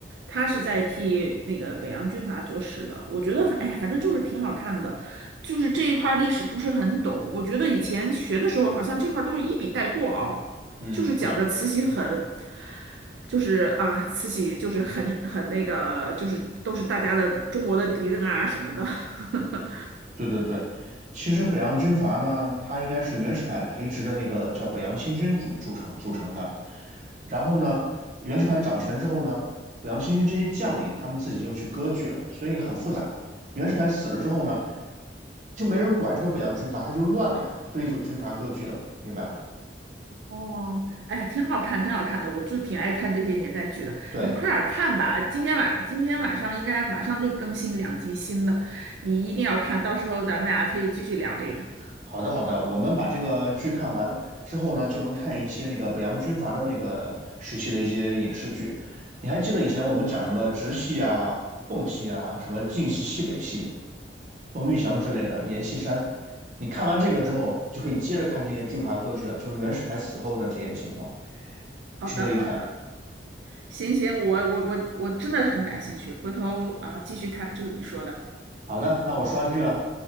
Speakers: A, on the right; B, on the right.
A: 他是在替那个北洋军阀做事的。我觉得反，哎呀，反正就是挺好看的，就是这一块儿历史不是很懂。我觉得以前学的时候，好像这块儿都是一笔带过哦，
B: 嗯，
A: 就是讲着慈禧很，
B: 对，
A: 就是啊，慈禧就是很很那个，就是都是大家的中国的敌人啊什么的。<laughs>
B: 对对对，其实北洋军阀呢，它应该是袁世凯培植的那个叫北洋新军组组成组成的。然后呢，袁世凯掌权之后呢，北洋新军这些将领他们自己又去割据了，所以很复杂了。袁世凯死了之后呢，就没人管这个北洋军阀，他就乱了呀，所以就军阀割据了，明白吧？
A: 哦，哎，挺好看，挺好看的，我就挺爱看这些年代剧的。
B: 对。
A: 你快点儿看吧，今天晚今天晚上应该马上就更新两集新的，你一定要看，到时候咱们俩可以继续聊这个。
B: 好的，好的，我们把这个剧看完之后呢，就能看一些那个北洋军阀的那个时期的一些影视剧。你还记得以前我们讲什么直系啊、奉系啊、什么晋系、西北系、冯玉祥之类的、阎锡山？你看完这个之后，你就可以接着看这些军阀割据了，就是袁世凯死后的这些情况，
A: 好的，
B: 值得一看。
A: 好的，行行，我我我我真的很感兴趣，回头啊、继续看，就是你说的。
B: 好的，那我刷剧了。